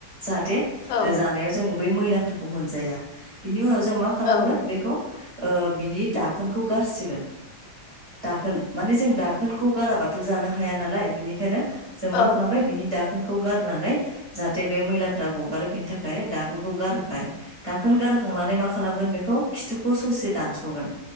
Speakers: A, on the right; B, on the left.
A: जाहाथे
B: औ
A: ओ जानायाव जोङो बे मैलाफोरखौ मोनजाया बिनि उनाव जों मा खालामगोन
B: औ
A: बेखौ ओ बिनि दाखोनखौ गारसिगोन दाखोन माने जों दाखोनखौ गाराबाथ' जानो हाया नालाय बिनिखायनो जों
B: औ
A: मा खालामबाय बिनि दाखोन दाखोनखौ गारनानै जाहाथे बे मैलाफ्रा गगारो बेनि थाखाय दाखोनखौ गारबाय दाखोन गारखांनानै मा खालामगोन बेखौ खिथुखौ ससे दानस'गोन